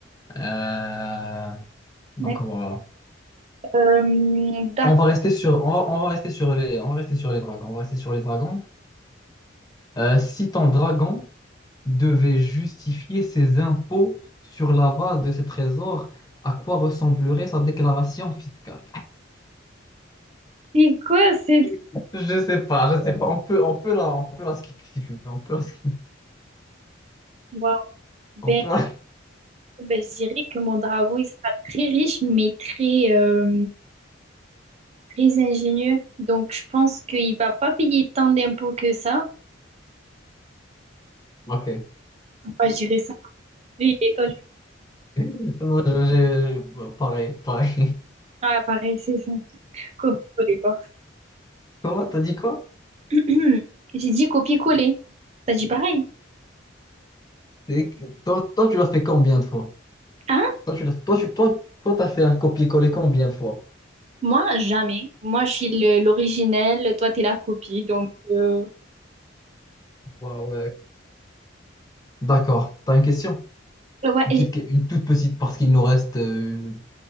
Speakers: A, on the left; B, on the right.
A: Euh, donc
B: Ouais.
A: voilà.
B: Euh, d'accord.
A: On va rester sur, on va, on va rester sur les, on va rester sur les dragons. On va rester sur les dragons. Euh, si ton dragon devait justifier ses impôts sur la base de ses trésors, à quoi ressemblerait sa déclaration fiscale?
B: C'est quoi cette...
A: <laughs> Je sais pas, je sais pas. On peut, on peut la, on peut la skipper si tu veux. On peut la skip.
B: Waouh. Ben,
A: On peut la-
B: Ben, je dirais que mon dragon, il sera très riche, mais très, euh, très ingénieux. Donc, je pense qu'il va pas payer tant d'impôts que ça.
A: <laughs> Ok.
B: Enfin, je dirais ça. Lui, il est en
A: <laughs> Non, je- je- je- pareil, pareil.
B: à pareil, c'est ça. Copier-coller, quoi.
A: <laughs> Comment t'as dit quoi?
B: <clears throat> J'ai dit copier-coller. T'as dit pareil.
A: Et que- Toi, toi, tu l'as fait combien de fois?
B: Hein?
A: Toi, tu l'as, toi, tu, toi, toi, t'as fait un copier-coller combien de fois?
B: Moi, jamais. Moi, je suis le- l'originel. Toi, t'es la copie. Donc, euh,
A: Waouh, D'accord. T'as une question?
B: ouais.
A: Une
B: et-
A: petite, que- une toute petite, parce qu'il nous reste euh,